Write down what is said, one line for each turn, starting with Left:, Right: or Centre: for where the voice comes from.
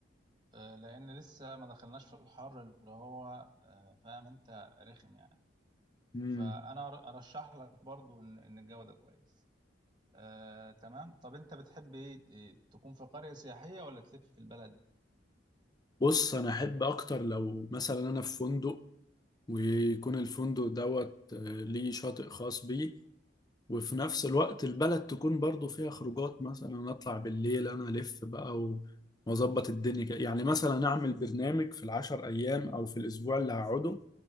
Right: آه، لان لسه ما دخلناش في الحر اللي هو آه، فاهم انت رخم يعني
Left: مم.
Right: فانا أر- ارشح لك برضو ان ان الجو ده كويس آه، تمام طب انت بتحب ايه إيه، تكون في قرية سياحية ولا تلف في البلد
Left: بص انا احب اكتر لو مثلا انا في فندق ويكون الفندق دوت آه، ليه شاطئ خاص بيه وفي نفس الوقت البلد تكون برضو فيها خروجات مثلا اطلع بالليل انا الف بقى و- واظبط الدنيا كده. يعني مثلا اعمل برنامج في العشر ايام او في الاسبوع اللي هقعده